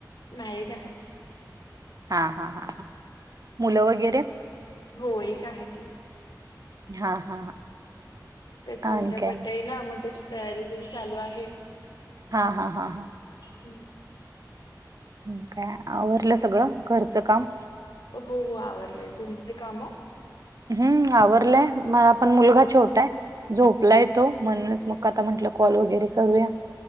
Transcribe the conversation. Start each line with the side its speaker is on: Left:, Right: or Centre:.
Left: मॅरिड आहे.
Right: हा हा हा हा मुलं वगैरे
Left: हो एक आहे की
Right: हा हा हा
Left: त्याचा उद्या
Right: आणि काय
Left: बर्थडे आहे ना मग त्याची तयारी तेन चालू आहे
Right: हा हा हा
Left: हम
Right: हम्म आवरलं सगळं घरचं काम
Left: हो हो आवरलय तुमची कामं
Right: हम्म आवरलंय मला पण मुलगा छोटा आहे, झोपलाय तो म्हणूनच मग आता म्हंटलं कॉल वगैरे करूया